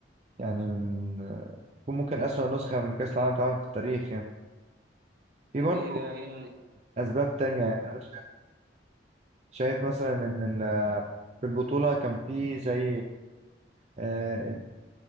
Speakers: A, on the right; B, on the right.
A: يعني من آه، يكون ممكن أسوأ نسخة من كأس العالم اتعملت في التاريخ يعني في
B: طب
A: برضه
B: ايه بقى ايه اللي-
A: أسباب تانية يعني أنا شايف شايف مثلا إن ال- في البطولة كان في زي آه،